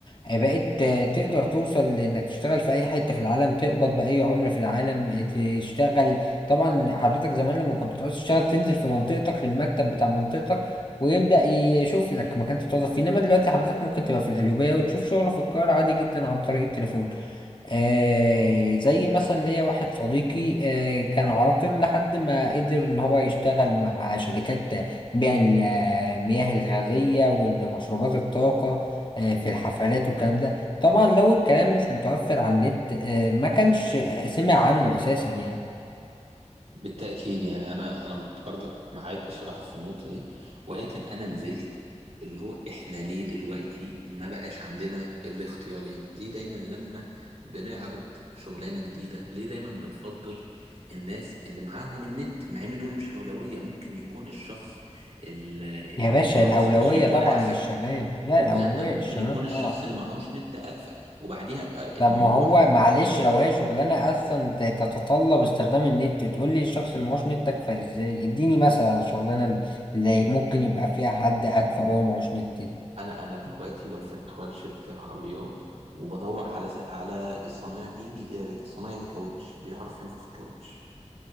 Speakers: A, on the left (about 40°); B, on the right (about 60°).
A: آه، بقيت آه، تقدر توصل لانك تشتغل في اي حتة في العالم تقبض باي عملة في العالم آه، تشتغل طبعا حضرتك زمان لما كنت تعوز تشتغل تنزل في منطقتك للمكتب بتاع منطقتك ويبدأ يشوف لك مكان تتوظف فيه انما دلوقتي حضرتك ممكن تبقى في القليوبية وتشوف شغل في القاهرة عادي جدا عن طريق التليفون آه زي مثلا ليا واحد صديقي آه كان عاطل لحد ما قدر ان هو يشتغل مع شركات بيع المياه الغازية والمشروبات الطاقة آه، في الحفلات
B: مم.
A: والكلام ده طبعا لو الكلام مش متوفر على النت آه، ما كانش سمع عنه اساسا يعني
B: بالتأكيد يعني أنا أنا برضك معاك بصراحة في النقطة دي ولكن أنا ما زلت اللي هو إحنا ليه دلوقتي ما بقاش عندنا الاختيارين ليه دايما لما بنعرض شغلانة جديدة ليه دايما بنفضل الناس اللي معاهم النت مع إن دول مش أولوية ممكن يكون الشخص ال- ال-
A: يا باشا
B: اللي معهوش
A: الأولوية
B: نت يكون
A: طبعا
B: أكفأ
A: للشباب لا الأولوية
B: لا ممكن
A: للشباب
B: يكون الشخص
A: طبعا
B: اللي معهوش نت أكفأ وبعديها آه،
A: طب
B: موضوع
A: ما هو
B: ال
A: معلش لو هي شغلانة أصلا ت- تتطلب استخدام النت تقول لي الشخص اللي معهوش نت أكفأ إزاي اديني مثلا على الشغلانة اللي ممكن يبقى فيها حد أكفأ وهو معهوش نت دي
B: انا انا دلوقتي لو فاتح ورشه عربيات وبدور على على صنايعي آه، صنايعي كاوتش بيعرف ينفخ كاوتش